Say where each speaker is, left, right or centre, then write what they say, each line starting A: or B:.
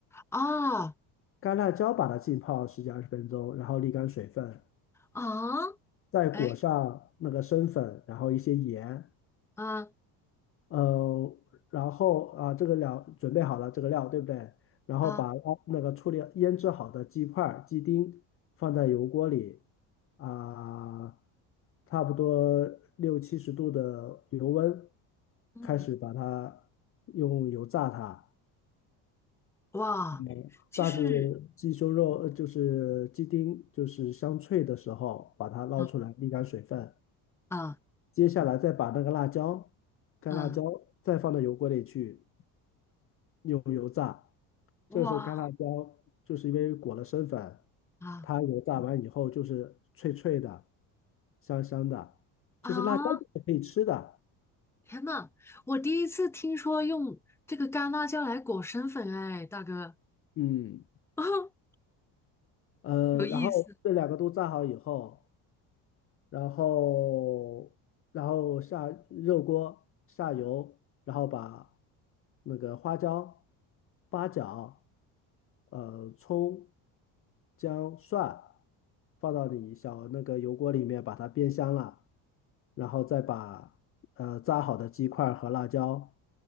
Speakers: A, in the centre; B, on the left.
A: 啊
B: 干辣椒把它浸泡十几二十分钟，然后沥干水分。
A: 啊，
B: 再裹上那个生粉，
A: 哎
B: 然后一些盐，
A: 啊
B: 嗯，然后啊，这个料准备好了，这个料对不对？然后把捞那个处理腌制好的鸡块儿、
A: 啊
B: 鸡丁放在油锅里，啊，差不多六七十度的油温，
A: 嗯
B: 开始把它用油炸它，
A: 哇，
B: 嗯炸至
A: 就是
B: 鸡胸肉，呃，就是鸡丁就是香脆的时候，把它捞出来沥干水分。
A: 嗯嗯
B: 接下来再把那个辣椒，干辣椒再放到油锅里去，
A: 嗯
B: 用油炸。
A: 哇
B: 这个时候干辣椒就是因为裹了生粉，
A: 啊
B: 它油炸完以后就是脆脆的、香香的，就是辣椒就是可以吃的。
A: 啊天呐，我第一次听说用这个干辣椒来裹生粉，哎，大哥，
B: 嗯，
A: <laughs>
B: 呃，
A: 有意思。
B: 然后这两个都炸好以后。然后然后下热锅下油，然后把那个花椒、八角、呃葱、姜、蒜放到你小那个油锅里面，把它煸香了，然后再把呃炸好的鸡块和辣椒